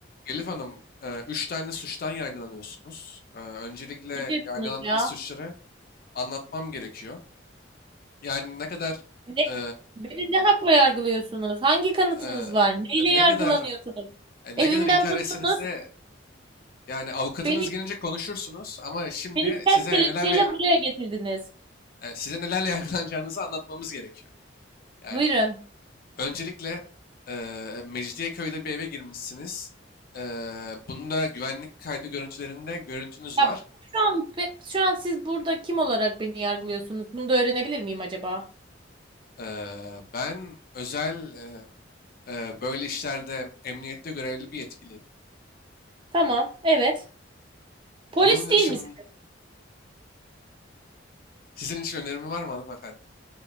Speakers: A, on the left; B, on the right.
A: Elif Hanım, e, üç tane suçtan yargılanıyorsunuz. E, Öncelikle
B: Ne diyorsunuz
A: yargılandığınız
B: ya?
A: suçları anlatmam gerekiyor. Yani ne kadar
B: Ne,
A: e,
B: beni ne hakla yargılıyorsunuz?
A: i-
B: Hangi kanıtınız
A: e,
B: var? Neyle
A: ne
B: yargılanıyorsunuz?
A: kadar e,
B: Evimden
A: ne kadar inkar
B: tuttunuz,
A: etseniz de yani avukatınız
B: beni
A: gelince konuşursunuz ama şimdi
B: beni ters
A: size
B: kelepçeyle
A: nelerle
B: buraya getirdiniz.
A: e, size nelerle <laughs> yargılanacağınızı anlatmamız gerekiyor. Yani
B: Buyurun.
A: öncelikle e, Mecidiyeköy'de bir eve girmişsiniz. E, bunda güvenlik kaydı görüntülerinde görüntünüz
B: Ya
A: var.
B: şu an be- şu an siz burada kim olarak beni yargılıyorsunuz? Bunu da öğrenebilir miyim acaba?
A: Eee, ben özel eee, eee, böyle işlerde emniyette görevli bir yetkiliyim.
B: Tamam, evet. Polis
A: Bunun
B: değil
A: için
B: misiniz?
A: sizin için önerimi var mı hanımefendi?